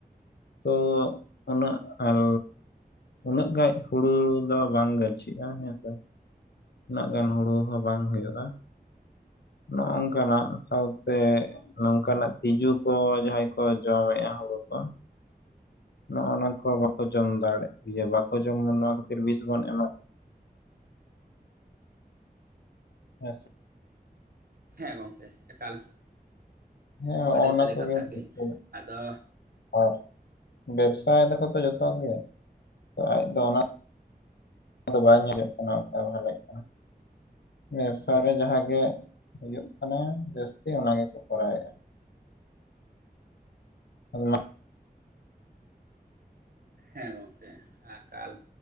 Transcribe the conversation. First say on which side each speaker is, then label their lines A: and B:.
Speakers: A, on the left (about 85°); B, on the right (about 60°).
A: ᱛᱚ ᱩᱱᱟᱹᱜ ᱟᱞ ᱩᱱᱟᱹᱜ ᱜᱟᱱ ᱦᱩᱲᱩ ᱫᱚ ᱵᱟᱝ ᱜᱟᱹᱪᱷᱤᱜᱼᱟ ᱦᱮᱸᱥᱮ ᱩᱱᱟᱹᱜ ᱜᱟᱱ ᱦᱩᱲᱩ ᱦᱚᱸ ᱵᱟᱝ ᱦᱩᱭᱩᱜᱼᱟ ᱱᱚᱜᱚᱝᱠᱟᱱᱟᱜ ᱥᱟᱶᱛᱮ ᱱᱚᱝᱠᱟᱱᱟᱜ ᱛᱤᱡᱩ ᱠᱚ ᱡᱟᱦᱟᱸᱭ ᱠᱚ ᱡᱚᱢᱮᱫᱼᱟ ᱦᱩᱲᱩ ᱠᱚ ᱱᱚᱜᱼᱚᱱᱟ ᱠᱚ ᱵᱟᱠᱚ ᱡᱚᱢ ᱫᱟᱲᱮᱜ ᱵᱟᱠᱚ ᱡᱚᱢᱟ ᱱᱚᱣᱟ ᱠᱷᱟᱹᱛᱤᱨ ᱵᱤᱥ ᱵᱚᱱ ᱮᱢᱟ ᱦᱮᱸᱥᱮ
B: ᱦᱮᱸ ᱜᱚᱢᱠᱮ ᱮᱠᱟᱞ
A: ᱦᱮᱸ ᱦᱚᱜᱼᱚ
B: ᱟᱹᱰᱤ
A: ᱱᱟ
B: ᱥᱟᱹᱨᱤ
A: ᱠᱚᱜᱮ
B: ᱠᱟᱛᱷᱟ ᱜᱮ
A: ᱡᱚᱛᱚ,
B: ᱟᱫᱚ
A: ᱟᱨ ᱵᱮᱵᱽᱥᱟᱭ ᱫᱟᱠᱚ ᱛᱚ ᱡᱚᱛᱚ ᱜᱮ ᱟᱡ ᱫᱚ ᱚᱱᱟ ᱚᱱᱟ ᱫᱚ ᱵᱟᱭ ᱧᱮᱞᱚᱜ ᱠᱟᱱᱟ ᱚᱠᱟ ᱵᱷᱟᱞᱮᱜ ᱠᱟᱱᱟ ᱵᱮᱵᱽᱥᱟ ᱨᱮ ᱡᱟᱦᱟᱸ ᱜᱮ ᱦᱩᱭᱩᱜ ᱠᱟᱱᱟ ᱡᱟᱹᱥᱛᱤ ᱚᱱᱟ ᱜᱮᱠᱚ ᱠᱚᱨᱟᱣᱮᱫᱼᱟ <unintelligible>
B: ᱦᱮᱸ ᱜᱚᱝᱠᱮ ᱟᱠᱟᱞ